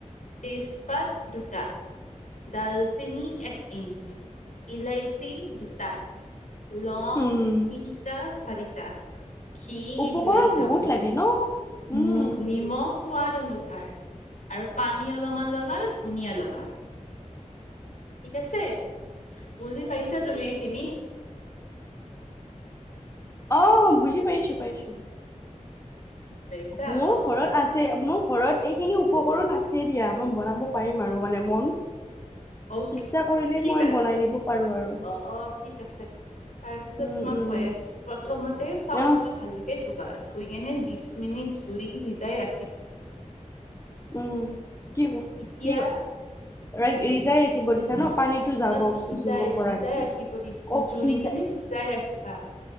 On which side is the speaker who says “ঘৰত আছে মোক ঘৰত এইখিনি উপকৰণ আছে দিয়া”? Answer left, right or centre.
Left